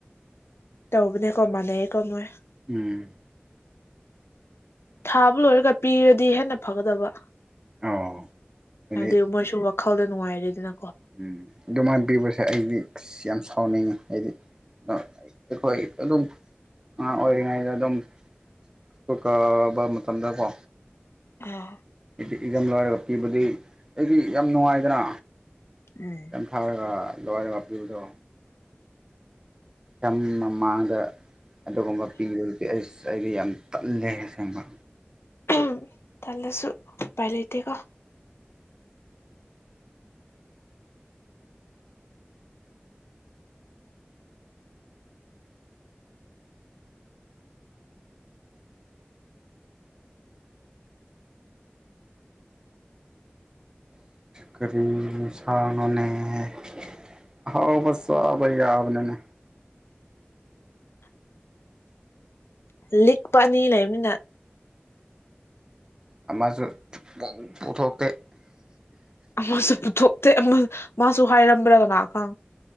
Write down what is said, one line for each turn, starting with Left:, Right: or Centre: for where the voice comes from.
Left: ꯇꯧꯕꯅꯦ ꯀꯣ ꯃꯥꯅꯩꯌꯦꯀꯣ ꯃꯣꯏ
Right: ꯎꯝ
Left: ꯊꯥꯕ ꯂꯣꯏꯔꯒ ꯄꯤꯔꯗꯤ ꯍꯦꯟꯅ ꯐꯒꯗꯕ
Right: ꯑꯧ ꯍꯥꯏꯗꯤ
Left: ꯍꯥꯏꯕꯗꯤ ꯃꯣꯏꯁꯨ ꯋꯥꯈꯜꯗ ꯅꯨꯡꯉꯥꯏꯔꯦꯗꯅ
Right: ꯎꯝ ꯑꯗꯨꯃꯥꯏꯅ ꯄꯤꯕꯁꯦ ꯑꯩꯗꯤ ꯌꯥꯝ ꯁꯥꯎꯅꯤꯡꯉꯤ ꯑꯩꯗꯤ ꯑꯩꯈꯣꯏ ꯑꯥꯗꯨꯝ ꯑꯥꯉꯥꯡ ꯑꯣꯏꯔꯤꯉꯩꯗ ꯗꯨꯝ <unintelligible> ꯃꯇꯝꯗꯀꯣ
Left: <unintelligible>
Right: ꯑꯦꯛꯖꯝ ꯂꯣꯏꯔꯒ ꯄꯤꯕꯗꯤ ꯑꯩꯗꯤ ꯌꯥꯝ ꯅꯨꯡꯉꯥꯏꯗꯅ
Left: ꯎꯝ
Right: ꯌꯥꯝ ꯊꯥꯔꯒ ꯂꯣꯏꯂꯒ ꯄꯤꯕꯗꯣ ꯌꯥꯝ ꯃꯃꯥꯡꯗ ꯑꯗꯨꯒꯨꯝꯕ ꯄꯤꯕꯗꯤ ꯑꯁ ꯑꯩꯗꯤ ꯌꯥꯝ ꯇꯜꯂꯦ ꯊꯦꯡꯕ
Left: ꯎꯝ ꯇꯜꯂꯁꯨ ꯎꯄꯥꯏ ꯂꯩꯇꯦꯀꯣ
Right: ꯀꯔꯤ ꯅꯤꯁꯥꯅꯣꯅꯦ ꯑꯦ ꯑꯥꯍꯥꯎꯕ ꯆꯥꯕ ꯌꯥꯕꯅꯦꯅꯦ
Left: ꯂꯤꯛꯄ ꯑꯥꯅꯤ ꯂꯩꯕꯅꯤꯅ
Right: ꯑꯥꯃꯁꯨ ꯄꯨ ꯄꯨꯊꯣꯛꯇꯦ
Left: ꯑꯥꯃꯁꯨ ꯄꯨꯊꯣꯛꯇꯦ ꯑꯥꯃ ꯃꯥꯁꯨ ꯍꯥꯏꯔꯝꯕ꯭ꯔꯥꯀꯅꯥꯒ